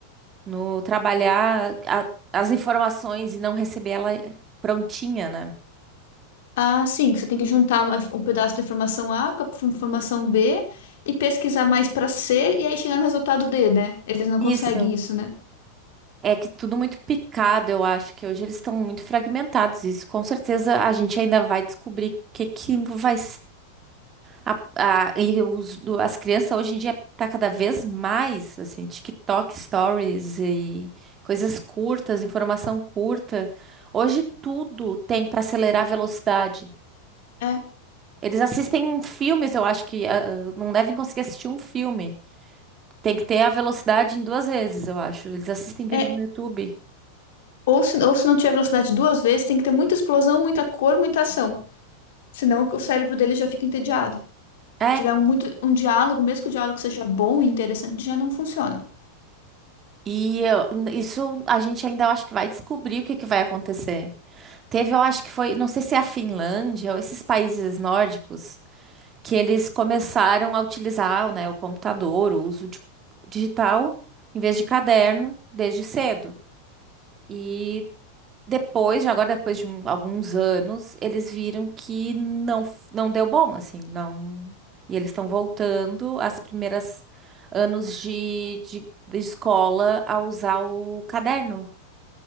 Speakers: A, on the right; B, on the left.
A: no trabalhar a- as informações e não receber ela eh, prontinha, né?
B: Ah, sim, que você tem que juntar uma- um pedaço da informação A com a f- informação B e pesquisar mais para C e aí chegar no resultado D, né? Eles não
A: Isso.
B: conseguem isso, né?
A: É que tudo muito picado, eu acho que hoje eles estão muito fragmentados. Isso com certeza a gente ainda vai descobrir o que que vai A- a- e os, do- as crianças hoje em dia tá cada vez mais, assim, TikTok, Stories e coisas curtas, informação curta. Hoje tudo tem para acelerar a velocidade.
B: É,
A: Eles assistem filmes, eu acho que ah, ah, não devem conseguir assistir um filme. Tem que ter a velocidade em duas vezes, eu acho. Eles assistem vídeo
B: É,
A: no YouTube.
B: ou se, ou se não tiver velocidade duas vezes, tem que ter muita explosão, muita cor, muita ação. Senão o cérebro dele já fica entediado.
A: É.
B: Se tiver um, muito, um diálogo, mesmo que o diálogo seja bom e interessante, já não funciona.
A: E eu- n- isso a gente ainda eu acho que vai descobrir o que que vai acontecer. Teve, eu acho que foi, não sei se é a Finlândia ou esses países nórdicos que eles começaram a utilizar, né, o computador, o uso de- digital, em vez de caderno, desde cedo. E depois, já agora depois de um- alguns anos, eles viram que não, f- não deu bom, assim, não. E eles estão voltando às primeiras anos de, de, de escola a usar o caderno,